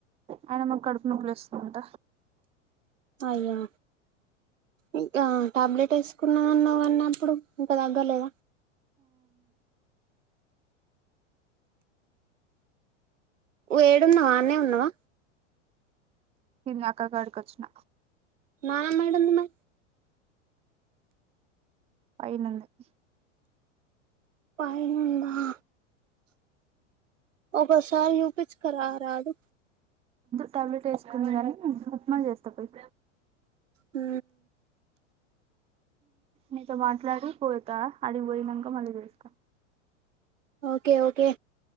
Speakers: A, on the right; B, on the right.
A: అయన మాకు కడుపు నొప్పులు ఇస్తుమంట
B: అయ్యో ఇంకా టాబ్లెట్ వేసుకున్నా ఉన్నావ అన్నప్పుడు ఇంకా తగ్గలేదా ఏడ ఉన్నావ్ అనే ఉన్నావా
A: నీను అక్క కాడికిచ్చిన
B: ఆ మేడంమ్ నా
A: పైనుంది
B: పైన్నా ఉందా ఒక సారీ యూపిచ్కా రాదు
A: టాబ్లెట్ వేసుకుని కాని ఉప్మా చేస్తా పోయి
B: ఉ
A: నీతో మాట్లాడి పోతా అడిగికిపోయినాక మళ్ళీ చూస్తా
B: ఓకే ఓకే